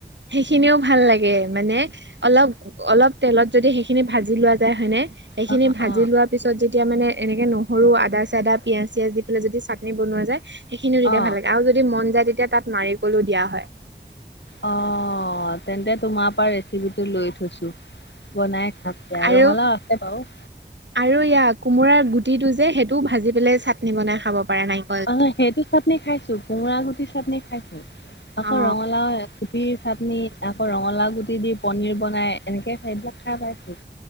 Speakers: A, on the right; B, on the left.
A: সেইখিনিও ভাল লাগে মানে অলপ অলপ তেলত যদি সেইখিনি ভাজি লোৱা যায় হয়নে সেইখিনি
B: অ
A: ভাজি
B: অ
A: লোৱা তাৰ পিছত যেতিয়া মানে এনেকে নহৰু আদা চদা পিয়াজ চিয়াজ দি পেলাই যদি চাটনি বনোৱা যায় সেইখিনিও তেতিয়া
B: অ
A: ভাল লাগে আৰু যদি মন যায় তেতিয়া তাত নাৰিকলো দিয়া হয়।
B: অ', তেন্তে তোমাৰ পৰা ৰেচিপিটো লৈ থৈছো। বনাই খাম দিয়া
A: আৰু
B: ৰঙালাও আছে বাৰু
A: আৰু ইয়াৰ কোমোৰাৰ গুটিটো যে সেইটো ভাজি পেলাই চাটনি বনাই খাব প নাই
B: অ', সেইটো চাটনি খাইছো কোমোৰা গুটি চাটনি খাইছো। আকৌ
A: অ
B: ৰঙালাও গুটিৰ চাটনি আকৌ ৰঙালাও গুটি দি পনিৰ বনাই এনেকে খাই খাই পাইছো।